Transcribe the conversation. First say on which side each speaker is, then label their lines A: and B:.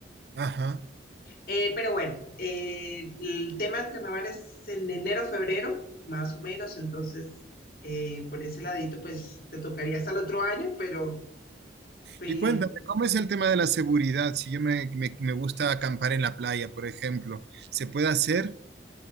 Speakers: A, on the right; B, on the left.
A: Ajá.
B: Eh, pero bueno, eh, el tema del carnaval es en enero, febrero, más o menos, entonces eh, por ese ladito, pues te tocaría hasta el otro año, pero, pero
A: Y cuéntame, ¿cómo es el tema de la seguridad? Si yo me, me- me gusta acampar en la playa, por ejemplo, ¿se puede hacer?